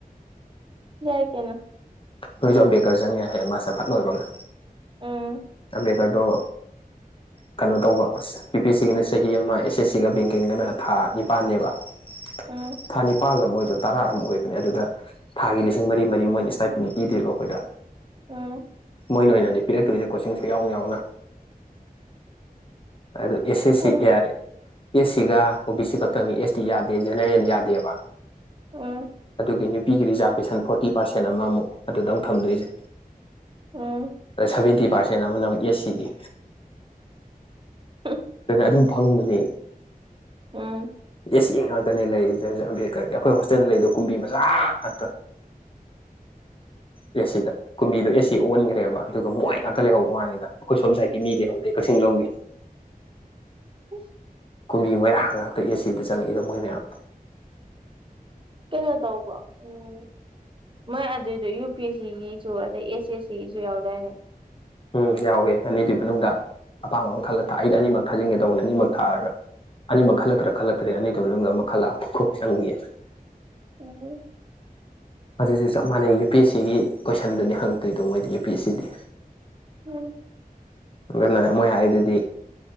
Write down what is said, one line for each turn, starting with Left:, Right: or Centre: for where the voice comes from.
Right: ꯌꯥꯏ ꯀꯩꯅꯣ
Left: ꯅꯣꯏꯁꯨ ꯑꯝꯕꯦꯗꯀꯔ ꯆꯪꯉꯦ ꯍꯌꯦꯡ ꯃꯥꯁꯇꯔ ꯐꯠ ꯂꯣꯏꯕꯒ
Right: ꯎꯝ
Left: ꯑꯝꯕꯦꯗꯀꯔꯗꯣ ꯀꯩꯅꯣ ꯇꯧꯕ ꯌꯨ ꯄꯤ ꯑꯦꯁ ꯁꯤꯒꯤꯅ ꯆꯍꯤ ꯑꯃ ꯑꯦꯁ ꯑꯦꯁ ꯁꯤꯒ ꯕꯦꯡꯀꯤꯡꯒꯅ ꯊꯥ ꯅꯤꯄꯥꯟꯅꯦꯕ ꯎ <inaudible>
Right: ꯎꯝ
Left: ꯊꯥ ꯅꯤꯄꯥꯜ ꯑꯃ ꯑꯣꯏꯗꯣ ꯇꯔꯥꯔ ꯑꯃ ꯑꯣꯏꯕꯅꯦ ꯑꯗꯨꯗ ꯊꯥꯒꯤ ꯂꯤꯁꯤꯡ ꯃꯔꯤ ꯃꯔꯤ ꯃꯣꯏꯅ ꯏꯁꯇꯥꯏ ꯗꯨꯝ ꯄꯤꯗꯦ ꯀꯣ ꯑꯩꯈꯣꯏꯗ
Right: ꯑꯣ <inaudible>
Left: ꯃꯣꯏꯅ ꯑꯣꯏꯅꯅꯤ ꯄꯤꯔꯛꯇꯣꯏꯁꯦ ꯀꯣꯆꯤꯡꯁꯨ ꯌꯥꯎꯅ ꯌꯥꯎꯅ ꯑꯗꯨ ꯑꯦꯁ
Right: ꯎꯝ
Left: ꯁꯤ ꯀꯌꯥꯒꯤ ꯑꯦꯁ ꯁꯤꯒ ꯑꯣ ꯕꯤ ꯁꯤ ꯈꯛꯇꯪꯅꯦ ꯑꯦꯁ ꯗꯤ ꯌꯥꯗꯦ ꯖꯦꯅꯔꯦꯜ ꯌꯥꯗꯦꯕ
Right: ꯎꯝ
Left: ꯑꯗꯨꯒꯤ ꯅꯨꯄꯤꯒꯤ ꯔꯤꯖꯥꯔꯕꯦꯁꯟ ꯐꯣꯔꯇꯤ ꯄꯥꯔꯁꯦꯟ ꯑꯃꯃꯨꯛ ꯑꯗꯨꯗ ꯑꯃꯨ ꯊꯝꯗꯣꯏꯁꯦ
Right: ꯎꯝ
Left: ꯁꯚꯦꯟꯇꯤ ꯄꯥꯔꯁꯦꯟ ꯑꯃꯅ ꯑꯦꯁ ꯁꯤꯒꯤ
Right: ꯍꯝ
Left: ꯑꯗꯨꯅ ꯑꯗꯨꯝ ꯐꯪꯕꯅꯦ
Right: ꯎꯝ
Left: ꯑꯦꯁ ꯁꯤ ꯅꯦ ꯂꯩꯔꯤꯖꯦ ꯑꯗꯨꯅꯦ ꯑꯝꯕꯦꯗꯀꯔꯒꯤ ꯑꯩꯈꯣꯏ ꯍꯣꯁꯇꯦꯜꯗ ꯂꯩꯗꯣ ꯀꯨꯝꯕꯤ ꯃꯆꯥꯥ ꯉꯥꯛꯇ ꯑꯦꯁ ꯁꯤꯗ ꯀꯨꯝꯕꯤꯗꯣ ꯑꯦꯁ ꯁꯤ ꯑꯣꯟꯈ꯭ꯔꯦꯕ ꯑꯗꯨꯒ ꯃꯣꯏ ꯉꯥꯛꯇ ꯂꯩꯍꯧꯕ ꯋꯥꯅꯤꯗ ꯑꯩꯈꯣꯏ ꯁꯣꯝ ꯁꯥꯏꯠꯀꯤ ꯃꯤ ꯂꯩꯍꯧꯗꯦ ꯀꯛꯆꯤꯡ ꯂꯣꯝꯒꯤ
Right: ꯎ <inaudible>
Left: ꯀꯨꯝꯕꯤ ꯃꯣꯏꯔꯥꯡ ꯉꯥꯛꯇ ꯑꯦꯁ ꯁꯤꯗ ꯆꯪꯉꯛꯏꯗꯣ ꯃꯣꯏ ꯃꯌꯥꯝ
Right: ꯀꯩꯅꯣ ꯇꯧꯕ ꯎꯝ ꯃꯣꯏ ꯑꯗꯨꯏꯗꯣ ꯌꯨ ꯄꯤ ꯁꯤꯒꯤꯁꯨ ꯑꯗꯩ ꯑꯦꯁ ꯑꯦꯁ ꯁꯤꯒꯤꯁꯨ ꯌꯥꯎꯗꯥꯏꯅꯦ
Left: ꯎꯝ ꯌꯥꯎꯋꯦ ꯑꯅꯤꯗꯨꯒꯤ ꯃꯅꯨꯡꯗ ꯑꯄꯥꯝꯕ ꯑꯃ ꯈꯜꯂ ꯊ ꯑꯩꯗꯤ ꯑꯅꯤꯃꯛ ꯊꯥꯖꯤꯟꯒꯦ ꯇꯧꯕꯅꯦ ꯑꯅꯤꯃꯛ ꯊꯥꯔꯒ ꯑꯅꯤꯃꯛ ꯈꯜꯂꯛꯇ꯭ꯔꯥ ꯈꯜꯂꯛꯇ꯭ꯔꯦ ꯑꯅꯤꯗꯨꯒꯤ ꯃꯅꯨꯡꯗ ꯑꯃ ꯈꯜꯂꯛ ꯑꯒ ꯀꯣꯛ ꯆꯪꯒꯦ
Right: ꯎꯝ ꯎꯝ
Left: ꯑꯗꯨꯁꯨ ꯆꯞ ꯃꯥꯟꯅꯩ ꯌꯨ ꯄꯤ ꯑꯦꯁ ꯁꯤꯒꯤ ꯀꯣꯏꯁꯟꯗꯨꯅꯤ ꯍꯪꯉꯛꯇꯣꯏꯗꯣ ꯃꯣꯏꯗꯤ ꯌꯨ ꯄꯤ ꯑꯦꯁ ꯁꯤꯗꯤ
Right: ꯎꯝ <inaudible>
Left: ꯑꯗꯨꯅ ꯃꯣꯏ ꯍꯥꯏꯗꯨꯗꯤ